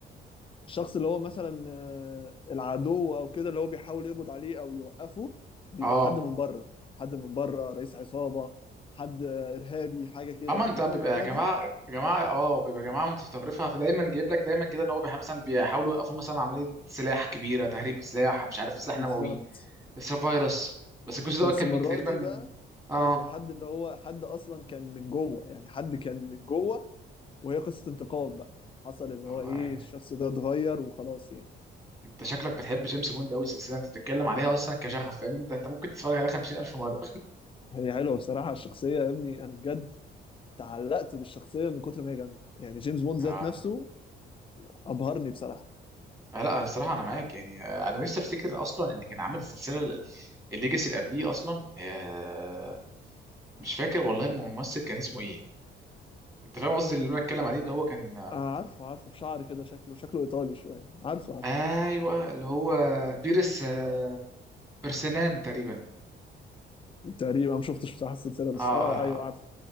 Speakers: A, on the left; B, on the right.
A: الشخص اللي هو مثلا آه، العدو او كده اللي هو بيحاول يقبض عليه او يوقفه بيبقى
B: اه
A: حد من بره حد من بره رئيس عصابة حد آه، ارهابي حاجة كده
B: اما انت
A: انما
B: بيبقى
A: المرة
B: جماعه
A: دي
B: جماعه اه بيبقى جماعه متطرفه فدايما جايب لك دايما كده ان هو بيح- مثلا بيحاولوا يوقفوا مثلا عمليه سلاح كبيره تهريب سلاح مش عارف سلاح
A: بالظبط
B: نووي بس فيروس بس الجزء
A: بس
B: ده كان
A: المرة
B: بي- تقريبا
A: دي
B: من
A: بقى
B: اه
A: ايوه حد اللي هو حد اصلا كان من جوه يعني حد كان من جوه وهي قصة انتقام بقى حصل اللي
B: اه
A: هو ايه
B: أيوة.
A: الشخص ده اتغير وخلاص يعني
B: انت شكلك بتحب جيمس بوند قوي السلسله انت بتتكلم عليها اصلا كشغف فاهم انت انت ممكن تتفرج عليها 50000 مره
A: هي حلوة بصراحة الشخصية يا ابني انا بجد تعلقت بالشخصية من كتر ما هي جامدة يعني جيمس بوند
B: اه
A: ذات نفسه ابهرني بصراحه
B: آه، لا الصراحه انا معاك يعني آه، انا لسه افتكر اصلا ان كان عامل السلسله الليجاسي اللي قبليه اصلا آه مش فاكر والله الممثل كان اسمه ايه انت فاهم قصدي اللي انا بتكلم عليه اللي هو كان آه،
A: آه عارفه عارفه بشعر كده شكله شكله ايطالي شويه عارفه عارفه
B: ايوه اللي هو بيرس آه، برسنان تقريبا
A: تقريبا ما شفتش بصراحه السلسله بس
B: اه آه،
A: اه ايوه
B: آه.
A: عارفه